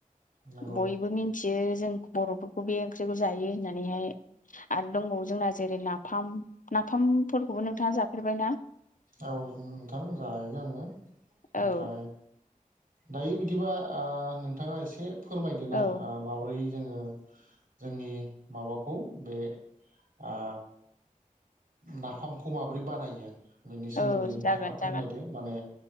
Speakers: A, on the right; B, on the left.
A: नंगौ
B: बयबो मिथि यो जों बर'फोरखौ बे ओंख्रिखौ जायो होननानैहाय आरो दंबावो जोंना जेरै नाफाम नाफामफोरखौबो नोंथाङा जाफेरबायना
A: औ नोंथां जायो आङो
B: औ
A: ओमफ्राय दायो बिदिबा आ नोंथाङा एसे फोरमायदोना
B: औ
A: आ माबोरै जोङो जोंनि माबाखौ बे आ नाफामखौ माबोरै बानायो बेनि सोमोन्दै
B: औ
A: नोंथाङा
B: जागोन
A: फोरमायदो
B: जागोन
A: माने